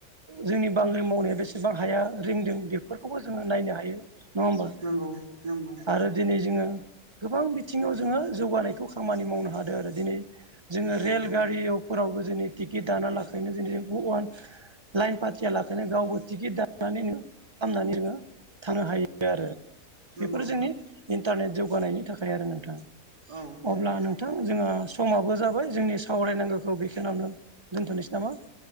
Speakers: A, on the right; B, on the right.
A: जोंनि बांग्रि मावनाया बेसेबां हाया रिंदों बेफोरखौबो जोङो नायनो हायो। नङा होमबा
B: नंगौ नंगौ
A: आरो दिनै जोङो। गोबां बिथिङाव जोङो जौगानायखौ खामानि मावनो हादों आरो दिनै जोङो
B: नंगौ
A: रेलगारियाव फोरावबो जोङो टिकेट दाना लाखैनो जों अवान लाइन पाथिया लाखनो गावबो टिकेट दानानैनो खालामनानै जोङो थानो हायो। आरो
B: नंगौ
A: बेफोरो जोंनि इन्टारनेट जौगानायनि थाखाय आरो नोंथाङा।
B: औ नंगौ
A: अब्ला नोंथां जोङो। समाबो जाबाय जोंनि सावरायनांगौखौ बेखिनावनो दोनथ'नोसै नामा।